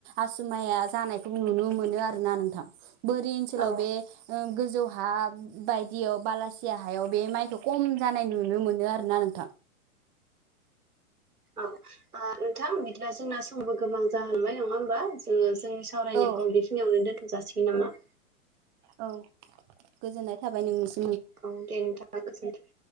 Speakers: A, on the right; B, on the right.
A: आसु माइआ जानायखौ नुनो मोनो आरो ओरना नोंथां बोरि ओनसोलाव
B: औ
A: बे ओ गोजौ हा बायदियाव बालासि टिया हायाव बे माइखौ कम जानाय नुनो मोनो आरो ना नोंथां।
B: औ ओ नोंथां बिदिब्ला जोंना समबो गोबां जाहांबाय नङा होमबा जोङो जोंनि सावरायनायखौ
A: औ
B: बेखिनियावनो दोन्थ' जासिगोन नामा?
A: औ गोजोननाय थाबाय नोंस
B: औ दे नोंथां गोजोन्नाय थाबाय।